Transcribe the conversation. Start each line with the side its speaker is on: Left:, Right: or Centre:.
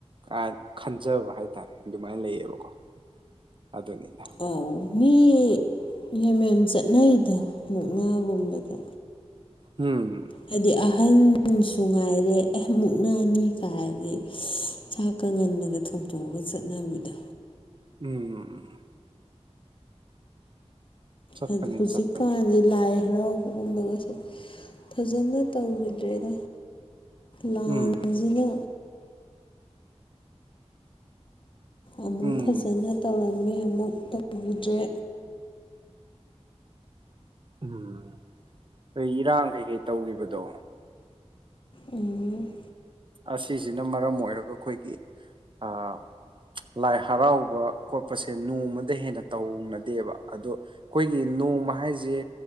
Right: ꯀꯥꯏ ꯈꯟꯖꯕ ꯍꯥꯏꯇꯥꯔꯦ ꯑꯗꯨꯃꯥꯏꯅ ꯂꯩꯌꯦꯕꯀꯣ꯫ ꯑꯗꯨꯅꯤꯅ
Left: ꯑꯧ ꯃꯤ ꯌꯥꯝꯃꯦꯝ ꯆꯠꯅꯩꯗ ꯃꯨꯛꯅꯥꯒꯨꯝꯕꯗ꯫
Right: ꯎꯝ꯫
Left: ꯍꯥꯏꯗꯤ ꯑꯍꯟꯁꯨ ꯉꯥꯏꯔꯦ ꯑꯩ ꯃꯨꯛꯅꯅꯤ ꯀꯥꯏꯗꯤ ꯆꯥꯛꯀ ꯉꯟꯅꯒ ꯊꯣꯡꯇꯣꯛꯑꯒ ꯆꯠꯅꯔꯝꯃꯤꯗ꯫
Right: ꯎꯝ꯫ ꯆꯠꯄꯅꯤ
Left: ꯑ ꯍꯧꯖꯤꯛꯀꯥꯟꯁꯤ
Right: ꯆꯠꯄꯅꯤ
Left: ꯂꯥꯏ ꯍꯔꯥꯎꯕꯒꯨꯝꯕꯒꯁꯦ ꯐꯖꯅ ꯇꯧꯈꯤꯗ꯭ꯔꯦꯗ꯫ ꯂꯥꯟꯁꯤꯅ
Right: ꯎꯝ
Left: ꯑꯃꯨꯛ
Right: ꯎꯝ
Left: ꯐꯖꯅ ꯇꯧꯔꯝꯃꯤ ꯑꯃꯨꯛ ꯇꯧꯕꯈꯤꯗ꯭ꯔꯦ꯫
Right: ꯎꯝ ꯍꯣꯏ ꯏꯔꯥꯡ ꯀꯩ ꯀꯩ ꯇꯧꯈꯤꯕꯗꯣ꯫
Left: ꯎꯝ꯫
Right: ꯑꯁꯤꯁꯤꯅ ꯃꯔꯝ ꯑꯣꯏꯔꯒ ꯑꯩꯈꯣꯏꯒꯤ ꯑꯥ ꯂꯥꯏ ꯍꯔꯥꯎꯕ ꯈꯣꯠꯄꯁꯦ ꯅꯣꯡꯃꯗ ꯍꯦꯟꯅ ꯇꯧꯅꯗꯦꯕ ꯑꯗꯣ ꯑꯩꯈꯣꯏꯒꯤ ꯅꯣꯡꯃ ꯍꯥꯏꯁꯦ